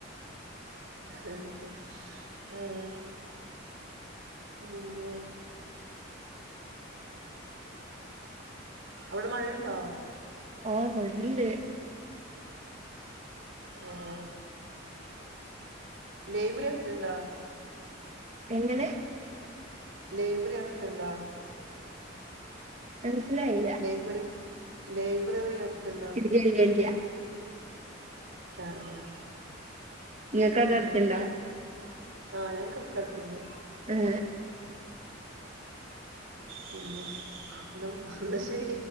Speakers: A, on the right; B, on the right.
A: ഹ ഹ ഹആഹ് പിന്നെ അവിടെ മഴയുണ്ടോ
B: ഓ മഞ്ഞ് ണ്ട്
A: ആഹ് ലൈബ്രറി അടുത്തുണ്ടോ
B: എങ്ങനെ
A: ലൈബ്രറി അടുത്തുണ്ടോ
B: മനസ്സിലായി
A: ലൈബ്രറി ലൈബ്രറി അടുത്തു ണ്ടോ
B: <unintelligible>
A: ആഹ് ആ
B: നിങ്ങക്ക്
A: പിന്നെ
B: അവിടെ അടുത്തുണ്ടോ
A: ആ ഞങ്ങൾക്കൊക്കെ അടുത്തുണ്ട്
B: ഏ
A: പിന്നെ <unintelligible> എന്നാ ശരി